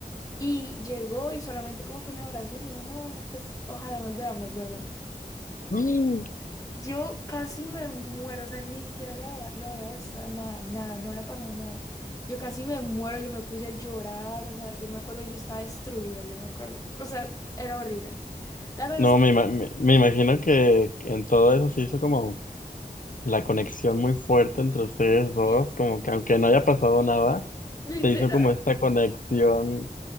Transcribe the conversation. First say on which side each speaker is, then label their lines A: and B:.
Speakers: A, on the left; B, on the left.
A: Y llegó y solamente como que me abrazó y me dijo, no, bueno, pues ojalá nos veamos luego.
B: Mm.
A: Yo casi me muero, o sea, ni siquiera le había, lo había besado, nada, nada, no había pasado nada. Yo casi me muero, yo me puse a llorar, o sea, yo me acuerdo, yo estaba destruida, yo me acuerdo, o sea, era horrible. La cosa
B: No,
A: es que,
B: me, ima- me, me imagino que en todo eso se hizo como la conexión muy fuerte entre ustedes dos,
A: <laughs>
B: como que aunque no haya pasado nada,
A: literal,
B: se hizo como esta conexión